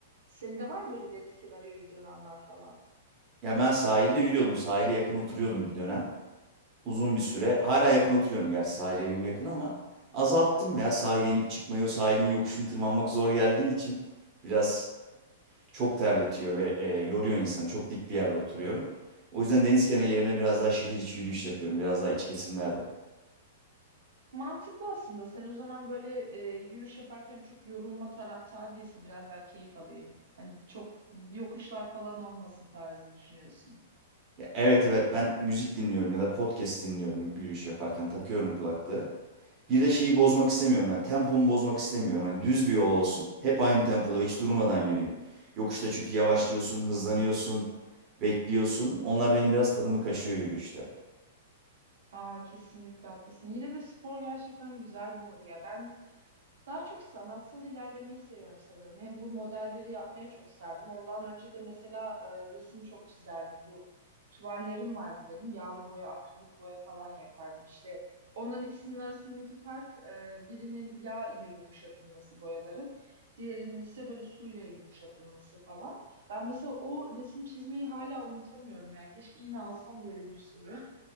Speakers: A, on the right; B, on the right.
A: Senin de var mı böyle deniz kenarı yürüdüğün anlar falan?
B: Ya ben sahilde yürüyordum. Sahile yakın oturuyordum bir dönem. uzun bir süre. Hala yakın oturuyorum gerçi sahil evim yakın ama azalttım ya sahile inip çıkmayı. O sahilin yokuşunu tırmanmak zor geldiği için biraz çok terletiyor ve e, yoruyor insanı. Çok dik bir yerde oturuyorum. O yüzden deniz kenarı yerine biraz daha şehir içi yürüyüş yapıyorum. Biraz daha iç kesimlerde.
A: Mantıklı aslında. Sen o zaman böyle e, yürüyüş yaparken çok yorulma taraftar değilsin. Biraz daha keyif alayım. Hani çok yokuşlar falan olmasın tarzı düşünüyorsun.
B: Ya, evet evet ben müzik dinliyorum ya da podcast dinliyorum yürüyüş yaparken takıyorum kulaklığı. Bir de şeyi bozmak istemiyorum ben. Tempomu bozmak istemiyorum. Hani düz bir yol olsun. Hep aynı tempoda hiç durmadan yürüyeyim. Yokuşta çünkü yavaşlıyorsun, hızlanıyorsun, bekliyorsun. Onlar benim biraz tadımı kaçırıyor yürüyüşte.
A: Aa, kesinlikle haklısın. Yine de spor gerçekten güzel bir hobi ya. Ben daha çok sanatsal ilerlemeyi seviyorum sanırım. Hem bu modelleri yapmaya çok sardım. Ondan önce de mesela e, resim çok çizerdim. Bu tuvallerim vardı benim. Yağlı boya, akrilik boya falan yapardım. İşte onların ikisinin arasındaki fark e, birinin yağ ile yumuşatılması boyaların. Diğerinin ise böyle suyla yumuşatılması falan. Ben mesela o resim çizmeyi hala unutamıyorum ya. Keşke yine alsam böyle bir sürü.